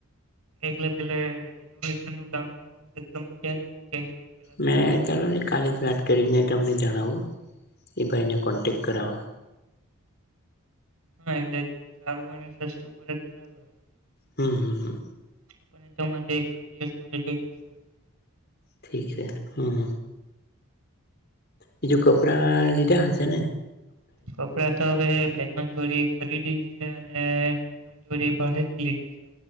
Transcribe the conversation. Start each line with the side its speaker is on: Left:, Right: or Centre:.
Right: એટલે પેલે રિનોવેશન નું કામ કરવાનું છે તમે ક્યારે કહેશો પેલા ભાઈને
Left: મેં ચાલોને કાલે જ વાત કરીને તમને જણાવું એ ભાઈને કોન્ટેક્ટ કરવા
Right: હા એટલે જ સારું અને સસ્તું પડે તો સારું એ
Left: હમ હમ હમ
Right: આપ તો માટે એક જ દિવસ માટે જોઈતું છેું
Left: ઠીક છે હમ બીજું કપડા લીધા હશે ને
Right: કપડા તો હવે બે ત્રણ જોડી ખરીદી છે અને બે ત્રણ જોડી ભાડેથી લીધી છે